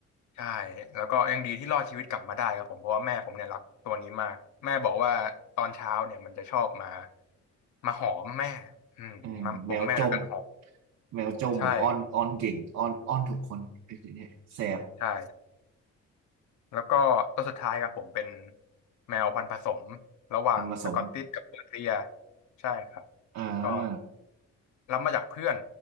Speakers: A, on the left; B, on the right.
A: ใช่แล้วก็ยังดีที่รอดชีวิตกลับมาได้ครับผมเพราะว่าแม่ผมเนี่ยรักตัวนี้มากแม่บอกว่าตอนเช้าเนี่ยมันจะชอบมามาหอมแม่อืมมาปลุกแม่ด้วยกันหอม
B: เออแมวจมแมวจมอ้อนอ้อนเก่งอ้อนอ้อนทุกคนไอ้เนี่ยแสบ
A: ใช่ครับใช่แล้วก็ตัวสุดท้ายครับผมเป็นแมวพันธุ์ผสมระหว่างสกอตติชกับเปอร์เซีย
B: มันผสม
A: ใช่ครับ
B: อ่า
A: ก็ รับมาจากเพื่อน